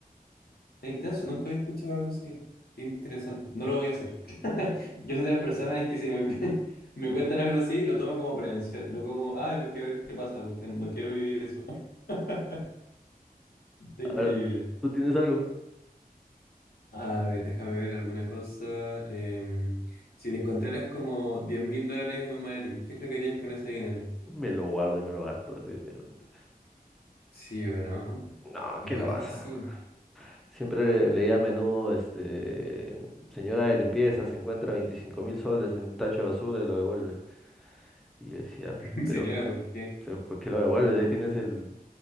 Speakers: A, on the left; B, in the centre.
A: intenso, nunca había escuchado algo así. Qué interesante. No lo voy a hacer. <laughs> Yo soy de las personas que si me, <laughs> me cuentan algo así, lo tomo como prevención, no como, ay, voy a ver qué pasa, porque no quiero vivir eso. <laughs> Increíble.
B: A ver, ¿tú tienes algo?
A: A ver, déjame ver alguna cosa. Eh, si te encontraras como diez mil dólares en un maletín, ¿qué es lo que harías con ese dinero?
B: Me lo guardo y me lo gasto, definitivamente.
A: ¿Sí o no?
B: No,
A: Igual
B: ¿qué lo vas
A: es que sí.
B: a devolver? Siempre leía a menudo, este, señora de limpieza se encuentra 25 mil soles en un tacho de basura y lo devuelve. Y yo decía, "P-
A: <laughs>
B: pero,
A: Señora, ¿por qué?
B: pero ¿por qué lo devuelves? Ahí tienes el...